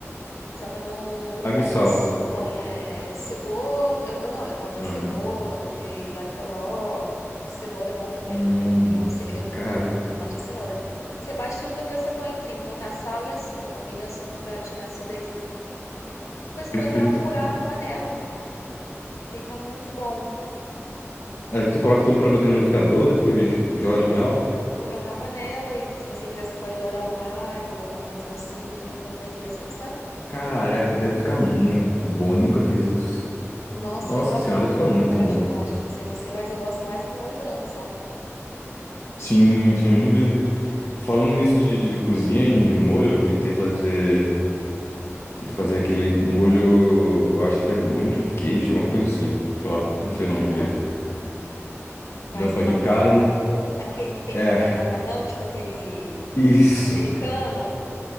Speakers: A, on the left (about 85°); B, on the left (about 60°).
A: Só pra não, não grudar
B: água e sal.
A: mesmo. Põe é, cebola. Eu, eu não, eu botei
B: Uhum.
A: cebola, botei alho poró. Cenoura é bom também,
B: Hum,
A: né? E é o segredo
B: caraca,
A: do do tomate é cenoura. Você bate tudo, depois você põe. Tem que botar sal e açúcar, um pouquinho de açúcar pra tirar a acidez, né? Depois
B: perfeito.
A: põe pra furar
B: E-
A: na panela. Fica muito bom.
B: Aí tu coloca tudo pra bater no liquidificador, depois joga
A: Isso.
B: na panela?
A: Depois joga na panela e se você quiser, você pode dourar um alho, botar uma salsinha, alguma coisinha assim, sabe?
B: Caraca, deve ficar muito bom. Nunca fiz isso.
A: Nossa,
B: Nossa
A: eu adoro
B: senhora, deve ficar
A: o
B: muito
A: molho
B: bom.
A: de tomate, não sei você, mas eu gosto mais do que o molho branco, sabe?
B: Sim, sim, não duvido. Falando nisso de, de cozinha e de molho, eu tentei fazer. Tentei fazer aquele molho. Eu acho que é molho de queijo, alguma coisa assim. Sei lá, não sei o nome
A: Aham.
B: direito.
A: Mas
B: Daí eu paguei
A: com macarrão,
B: caro. no-
A: aquele que vem
B: É,
A: que vai
B: <laughs>
A: no macarrão, tipo aquele
B: isso.
A: americano,